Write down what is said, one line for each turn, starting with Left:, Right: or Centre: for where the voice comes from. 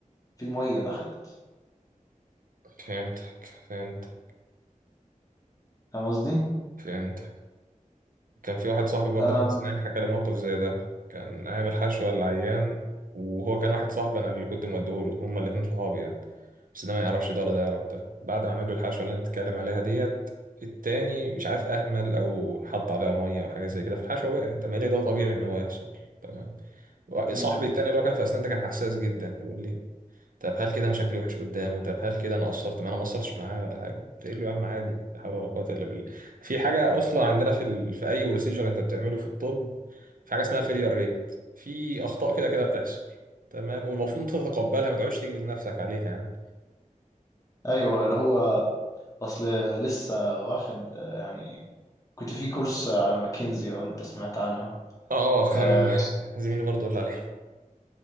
Left: في ميه دخلت
Right: فهمتك فهمت
Left: فاهم قصدي؟
Right: فهمت كان في واحد صاحبي برضه
Left: انا
Right: في أسنان حكى لي موقف زي ده كان أيام الحشوة العيان وهو كان واحد صاحبي أنا اللي كنت موديهوله هما الاتنين صحابي يعني بس ده ما يعرفش ده ولا ده يعرف ده بعد ما عمل له الحشوة اللي أنت بتتكلم عليها ديت التاني مش عارف أهمل أو حط عليها مية أو حاجة زي كده فالحشوة وقعت أما ليه ده طبيعي إن هو يحصل تمام
Left: مم.
Right: صاحبي التاني اللي هو كان في أسنان ده كان حساس جدا بيقول لي طب هل كده انا شكلي وحش قدامه طب هل كده انا قصرت معاه انا ما قصرتش معاه ولا حاجه تقول له يا عم عادي لا حول ولا قوه الا بالله في حاجه اصلا عندنا في ال... في اي بروسيجر انت بتعمله في الطب في حاجه اسمها الفيلير ريت في اخطاء كده كده هتحصل تمام والمفروض انت تتقبلها ما تقعدش تجلد نفسك عليها يعني
Left: ايوه اللي هو اصل لسه واخد آه، يعني كنت في كورس على ماكنزي لو انت سمعت عنها
Right: اه
Left: آه،
Right: كان زميلي برضه قال لي عليها